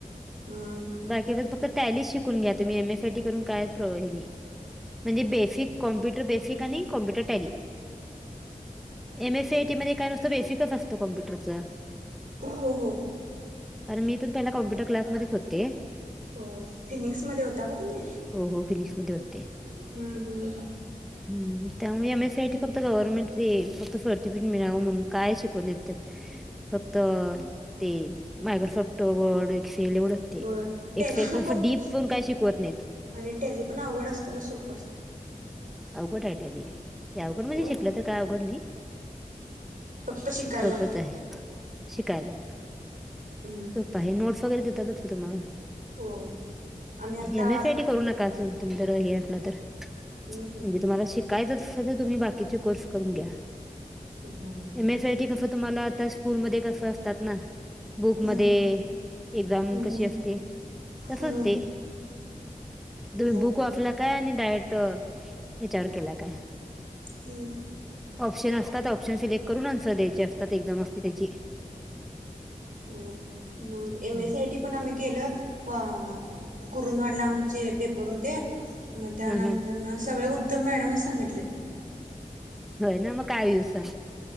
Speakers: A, on the right; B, in the centre.
A: उम्ब.
B: बाकी बस फक्तं टॅली शिकुन घ्या तुम्ही एमएस-सी आयटी करुण काय प्रो हेली. म्हणजे बेसिक, कॉम्प्युटर
A: कॉम्प्युटर
B: बेसिक आणि कॉम्प्युटर टेॅली एमएस-सीआयटी मध्ये काय नुसतं बेसिकच असत काॅम्प्युटरचं
A: हो हो.
B: कारण मी पणं पहिला कॉम्पुटर क्लासमध्येच होते
A: हो.. ओ.. फिनिंक्स मध्ये होता का तुम्ही?
B: हो हो फिनिंक्स मध्ये होते.
A: हम् हम्. आपलं गाव.
B: हम््त्यामुळे एमएस-सीआयटी फक्त गव्हर्नमेंट ते फक्त सर्टिफीकेट मिळावं म्हणून. काय शिकवत नाहीत त्यात फक्त अ ते मायक्रोसॉफ्ट वर्ड एक्सेल एवढ ते.
A: हो टॅली
B: एक्सेल
A: हुकअप
B: पण अस डीप पण काय शिकवत नाहीत.
A: आणि टॅली पण आवघड आसत का सोप आसतं.
B: आवघड आहे टॅली. ते आवघड म्हणजे
A: होय.
B: शिकलं तर काय आवघड नई.
A: फक्त शिकायला
B: सोपच
A: लागतं
B: आहे. शिकाय लागत.
A: उ्मम्.
B: प हे नोट्स वगैरे देतातच की तुम्हांला.
A: हो आम्ही आता
B: एम एस आय टी करू नक काआजून तुम्ही जर हे असला तर,
A: हम्म हम्म.
B: म्हणजे तुम्हाला शिक काय तर सध्या तुम्ही, बाकीचे कोर्स करून घ्या.
A: उं्म.
B: एमएस-सीआयटी कसं तुम्हाला आता स्कूल मध्ये कसं असतात ना. बुकमध्ये
A: हम्म
B: ए एक्झाम
A: हम्म
B: कशी असते, तसच
A: हम्म
B: ते. तुम्ही
A: हो
B: बुक
A: हो
B: वाचला काय आणि डायेट अ हेच्यावर केला काय
A: हम्.
B: ऑप्शन आसतात ऑप्शन सिलेक्ट करूनच अन्सर द्यायचे असतात एक्झाम असते त्याची.
A: अ मग एमएस-सीआयटी
B: हम्
A: पण आम्ही केलं. अ कुरुंदवाडला आम् चे पेपर होते. मग त्यानंतरन
B: हम.
A: सगळे उत्तर मॅडमच सांगितले.
B: होय न मग काय यूज सांग.